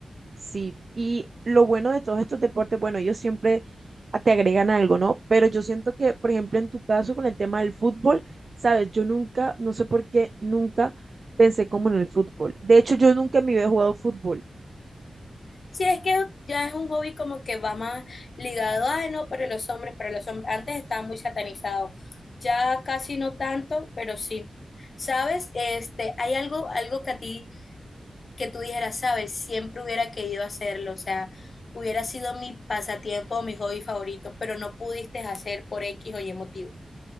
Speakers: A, on the right (about 50°); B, on the left (about 60°).
A: Sí, y lo bueno de todos estos deportes, bueno, ellos siempre a- te agregan algo, ¿no? Pero yo siento que, por ejemplo, en tu caso con el tema del fútbol, sabes, yo nunca, no sé por qué, nunca pensé como en el fútbol. De hecho, yo nunca en mi vida he jugado fútbol.
B: Sí, es que ya es un hobby como que va más ligado, ay no, para los hombres, para los hombres, antes estaba muy satanizado, ya casi no tanto, pero sí. ¿Sabes? Este, hay algo, algo que a ti, que tú dijeras, sabes, siempre hubiera querido hacerlo, o sea, hubiera sido mi pasatiempo o mi hobby favorito, pero no pudiste hacer por X o Y motivo.